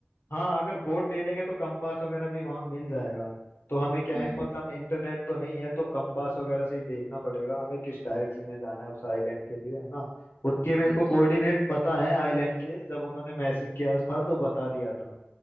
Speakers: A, on the left (about 75°); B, on the left (about 25°).
A: हाँ अगर बोट ले लेंगे तो कंपास वगैरह भी वहाँ मिल जाएगा तो हमें क्या
B: हम्म
A: है कि मतलब इंटरनेट तो नहीं है तो कंपास वगैरह से ही देखना पड़ेगा हमें किस डायरेक्शन में जाना है उस आइलैंड के लिए है ना उसके मेरे
B: ठीक
A: को कोऑर्डिनेट
B: है
A: पता है आइलैंड के जब उन्होंने मैसेज किया था तो बता दिया था